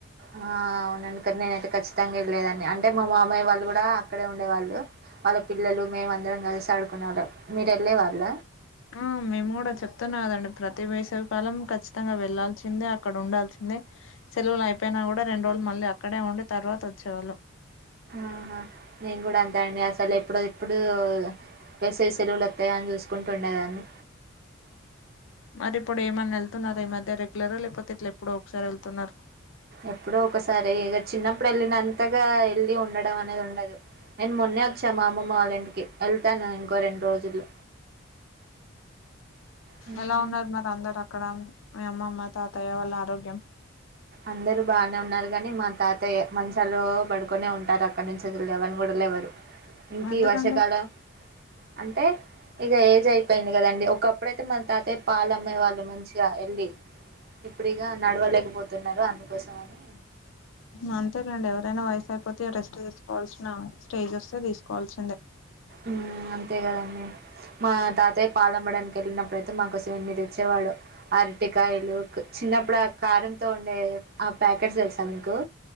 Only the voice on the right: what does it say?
ఆ అవునండి కని నేనైతే ఖచ్చితంగా వెళ్లేదాన్ని అం టే మా మామయ్య వాళ్ళు కూడా అక్కడే ఉండేవాళ్ళు వాళ్ళ పిల్లలు మేము అందరం కలిసి ఆడుకునే వాళ్ళం మీరు ఎల్లే వాళ్ళ
ఆహ నేను కూడ అంతే అండి అసలు ఎప్పుడు ఎప్పుడు వేసవి సెలువులు వత్తయ అని చూసుకుంటు ఉండే దాన్ని
ఎప్పుడో ఒకసారి ఇగ చిన్నప్పుడు వెళ్ళినంతగా ఎల్లి ఉండడం అనేది ఉండదు నేను మొన్నే వచ్చా మా అమమ్మ వాళ్ళ ఇంటికి వెళ్తాను ఇంకో రెండు రోజుల్లో హ్మ్.
అందరు బాగనే ఉన్నారు గాని మా తాతయ్యె మంచలో పడుకునే ఉంటారు అక్కడ నుంచి లేవన్ కూడా లేవరు ఇంక
ఈ వర్షాకాలం అంటే ఇగ ఏజ్ అయి పోయింది కదండి ఒకప్పుడైతే మన తాత పాల అమ్మే వాళ్ళు మంచిగ ఎళ్ళి ఇప్పుడిగ నడవలేకపోతున్నారు అందుకోసం అని
ఉమ్ అంతే గదండీ మా తాతయ్య పాలమ్మడానికెల్లినప్పుడయితే మా కోసం ఎన్ని దెచ్చేవాడో అరటికాయలూ చిన్నప్పుడ్ ఆ కారంతో ఉండే ఆ ప్యాకెట్స్ తెలుసా మీకూ